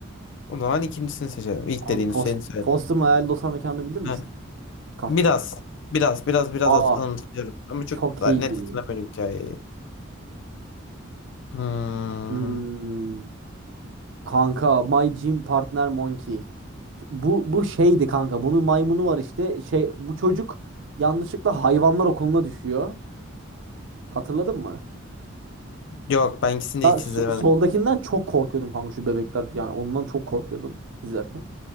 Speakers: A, on the left; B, on the right.
A: O zaman ikincisini seçelim. İlk
B: Hangi
A: dediğini
B: Fos-
A: seni söyledim.
B: Foster'ın hayali dostlar mekanını bilir misin?
A: Heh.
B: Karton.
A: Biraz. Biraz. Biraz. Biraz
B: Aa,
A: az anımsıyorum. Ama çok
B: çok
A: net
B: iyiydi.
A: hatırlamıyorum hikayeyi. Hmm.
B: Hmm, kanka My Gym Partner Monkey. Bu bu şeydi kanka. Bunun maymunu var işte. Şey bu çocuk yanlışlıkla hayvanlar okuluna düşüyor. Hatırladın mı?
A: Yok ben ikisini
B: Ben
A: de hiç
B: so-
A: izlemedim.
B: soldakinden çok korkuyordum kanka şu bebekler. Yani ondan çok korkuyordum izlerken.